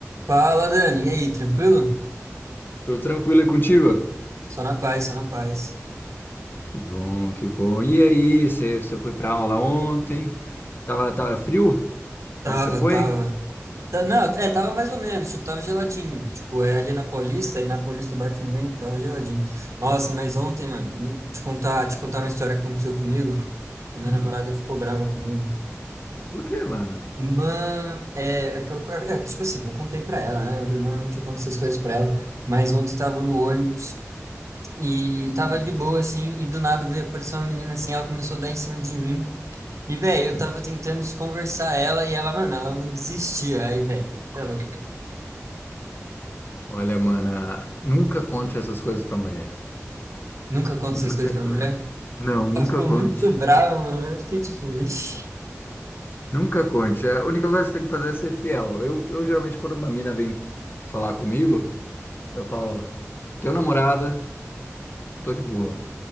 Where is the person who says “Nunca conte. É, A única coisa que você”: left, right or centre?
Left